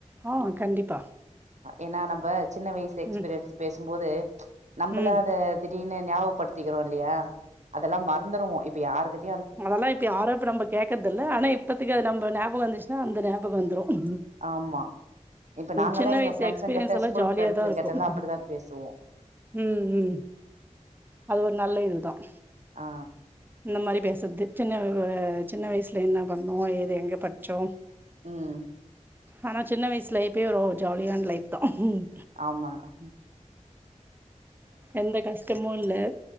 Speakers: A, on the right (about 15°); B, on the right (about 65°).
A: ஆஹ கண்டிப்பா
B: என்ன நம்பர் சின்ன வயசு எக்ஸ்பீரியன்ஸ்
A: ம்
B: பேசும்போது ச் நம்மள
A: ம்
B: அத திடீர்னு ஞாபப்படுத்து திக லால் பிரியா அதெல்லாம் மறந்துடுவோம் இப்ப யாருக்கிட்ட
A: அதெல்லாம் இப்ப யாரும் இப்ப நம்ம கேக்குறதுல்ல ஆனா இப்பத்துக்கு அது நம்ம ஞாபகம் வந்துச்சன்னா அந்த ஞாபக பக வந்துரும் உம்
B: ஆமா இப்ப நாங்கல்லா
A: சின்ன
B: எங்க
A: வயசு
B: ஃப்ரெண்ட்ஸுங்கிட்ட
A: எக்ஸ்பிரியன்ஸ் லாம்
B: ஸ்கூல்
A: ஜாலியா
B: ஃப்ரெண்ட்ஸுங்கிட்டல்லா
A: தான் இருக்கும்
B: அப்படிதா பேசுவோ
A: ம் ம் அது ஒரு நல்ல இது தான்
B: ஆ
A: இந்த மாரி சின்ன வ சின்ன வயசுல என்ன பண்ணுவோ ஏது எங்க படிச்சோம்
B: உஹம்
A: ஆனா சின்ன வயசுல எப்பயே ஒரு ஜாலியான லைப் தான் ஹம்
B: ஆமாஹ
A: எந்த கஷ்டம் ப் முல்ல